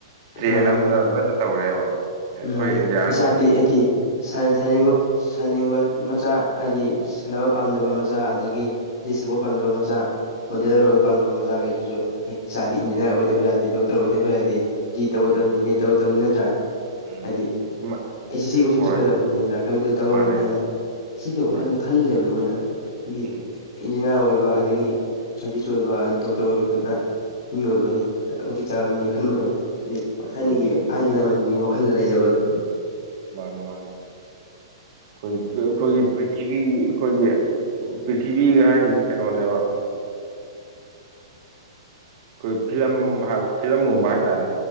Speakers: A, on the right; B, on the left.
A: ꯇ꯭ꯔꯦꯟ
B: ꯃꯥꯅꯤ
A: ꯑꯃꯝꯗ
B: ꯃꯥꯅꯤ
A: ꯂꯣꯏꯅ ꯇꯧꯔꯦꯕ ꯑꯩꯈꯣꯏ
B: ꯃꯥꯅꯤ
A: ꯏꯟꯗꯤꯌꯥꯁꯦ
B: ꯏꯆꯥꯗꯤ ꯑꯩꯗꯤ ꯁꯥꯟ ꯁꯥꯅꯤꯡꯕ ꯁꯥꯟꯅꯅꯤꯡꯕ ꯃꯆꯥ ꯑꯩꯗꯤ ꯁꯥꯟꯅꯕ ꯄꯥꯝꯖꯕ ꯃꯆꯥ ꯑꯗꯒꯤ ꯏꯁꯩ ꯁꯛꯄ ꯄꯥꯝꯖꯕ ꯃꯆꯥ ꯃꯣꯗꯦꯜꯂꯔ ꯑꯣꯏꯕ ꯄꯥꯝꯖ ꯃꯆꯥꯒꯩꯖꯤꯖꯨ ꯑꯦ ꯆꯥꯗꯤ ꯏꯟꯖꯤꯅ꯭ꯌꯥꯔ
A: ꯎꯝ
B: ꯑꯣꯏꯗꯕ ꯌꯥꯗꯦ ꯗꯣꯛꯇꯔ ꯑꯣꯏꯗꯕ ꯌꯥꯗꯦ ꯖꯤ ꯇꯧꯒꯗꯕꯅꯤ
A: ꯎꯝ
B: ꯅꯤꯠ ꯇꯧꯒꯗꯕꯅꯤ ꯅꯠꯇ꯭ꯔꯥ
A: ꯎꯝ
B: ꯍꯥꯏꯗꯤ ꯑꯦꯁ ꯁꯤ ꯁꯤ ꯀꯣꯆꯤꯡ
A: ꯍꯣꯏ
B: ꯆꯠꯀꯗꯕꯅꯤ ꯅꯠꯇ꯭ꯔꯥ ꯀꯝꯄ꯭ꯌꯨꯇꯔ ꯇꯝꯒꯗꯕꯅꯤ
A: ꯃꯥꯅꯦ
B: ꯍꯥꯟꯅ ꯁꯤ ꯇꯧꯕ
A: ꯑꯗꯩ
B: ꯋꯥꯈꯟꯗ ꯈꯜꯂ ꯂꯩꯕꯗꯣ ꯃꯣꯏꯅ ꯗꯤ
A: ꯎꯝ
B: ꯏꯟꯖꯤꯅ꯭ꯌꯥꯔ ꯑꯣꯏꯕ ꯑꯗꯒꯤ ꯁꯥꯏꯟꯇꯤꯁ ꯑꯣꯏꯕ ꯗꯣꯛꯇꯔ ꯑꯣꯏꯕ ꯈꯛꯅ ꯃꯤ ꯑꯣꯏꯕꯅꯤ ꯃꯇꯤꯛꯆꯥꯕ ꯃꯤꯅꯤ ꯈꯟꯕꯗꯣ ꯍꯥꯏꯗꯤ ꯊꯥꯏꯅꯒꯤ
A: ꯎꯝ
B: ꯑꯍꯟ ꯂꯃꯟꯒꯤ ꯋꯥꯈꯜꯗ ꯂꯩꯖꯕꯗꯣ
A: ꯃꯥꯅꯦ ꯃꯥꯅꯦ ꯍꯧꯖꯤꯛꯇꯤ ꯑꯈꯣꯏꯒꯤ ꯄ꯭ꯔꯤꯊꯤꯕꯤ ꯑꯈꯣꯏꯒꯤ ꯄ꯭ꯔꯤꯊꯤꯕꯤꯒ ꯍꯥꯏꯖꯤ ꯀꯩꯅꯣꯅꯦꯕ ꯈꯣꯏ ꯐꯤꯂꯝ ꯍꯥꯞ ꯐꯤꯂꯝꯒꯨꯝꯕ ꯍꯥꯏꯇꯥꯔꯦ